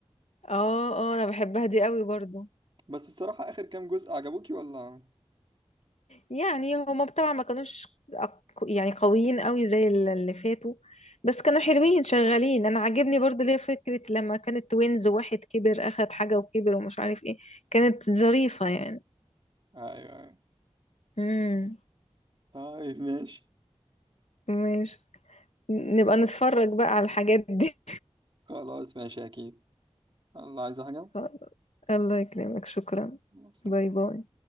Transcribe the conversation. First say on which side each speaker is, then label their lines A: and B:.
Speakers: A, on the left (about 80°); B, on the right (about 45°).
A: اه اه انا بحبها دي قوي برضو
B: بس الصراحه اخر كام جزء عجبوكي ولا
A: يعني هما طبعا ما كانوش أق- يعني قويين قوي زي ال- اللي فاتوا بس كانوا حلوين شغالين انا عاجبني برضو ليه فكرة لما كانت توينز واحد كبر اخد حاجة وكبر ومش عارف ايه كانت ظريفة يعني
B: ايوه ايوه
A: امم
B: طيب ماشي
A: ماشي نبقى نتفرج بقى على الحاجات دي
B: خلاص ماشي اكيد الله عايز حاجه
A: <laughs> الله يكرمك شكرا
B: مع السلامة.
A: باي باي